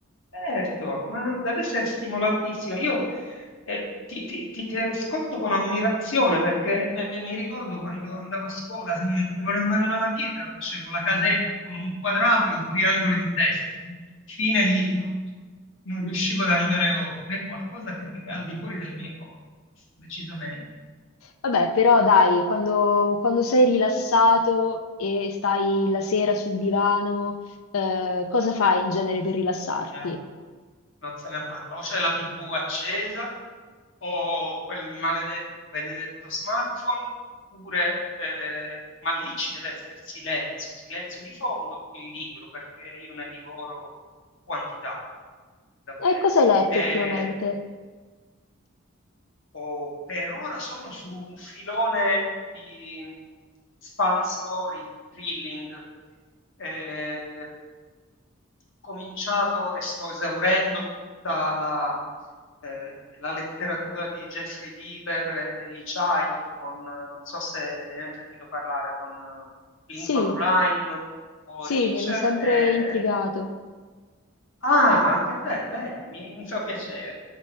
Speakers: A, on the left; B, on the left.
A: Certo, ma deve essere stimolantissimo. Io eh, ti, ti- ti- ti ascolto con ammirazione perché beh, mi ricordo quando andavo a scuola, mi mettevano in mano una matita, facevo la casetta con un quadrato e un triangolo in testa. Fine lì, non, non riuscivo ad andare oltre. È qualcosa che è al di fuori delle mie cose, decisamente.
B: Vabbè, però dai, quando, quando sei rilassato e stai la sera sul divano, eh, cosa fai in genere per rilassarti?
A: eh, non se ne parla. O c'è la TV accesa, o quel maledetto, benedetto smartphone, oppure, eh, ma lì ci deve essere silenzio, silenzio di fondo, il libro, perché io ne divoro quantità, davvero.
B: E cosa hai letto
A: Eh,
B: ultimamente?
A: o per ora sono su un filone di spy story, thrilling, eh, cominciato e sto esaurendo tutta la, eh, la letteratura di Jeffrey Deaver e Lee Child con, eh, non so se ne hai sentito parlare, con eh, Lincoln
B: Sì,
A: Rhyme o
B: sì,
A: Reacher
B: mi hanno sempre
A: e
B: intrigato.
A: Ah, anche a te, bene, mi, mi fa piacere.